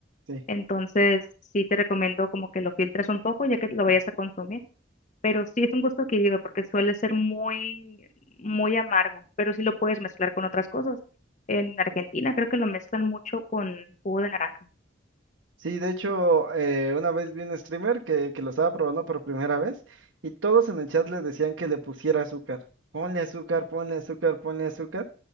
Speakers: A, on the right; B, on the left.
A: Sí.
B: entonces sí te recomiendo como que lo filtres un poco ya que lo vayas a consumir pero sí es un gusto adquirido porque suele ser muy, muy amargo, pero sí lo puedes mezclar con otras cosas. En Argentina creo que lo mezclan mucho con jugo de naranja
A: Sí, de hecho, eh, una vez vi un streamer que, que lo estaba probando por primera vez y todos en el chat le decían que le pusiera azúcar. Ponle azúcar, ponle azúcar, ponle azúcar.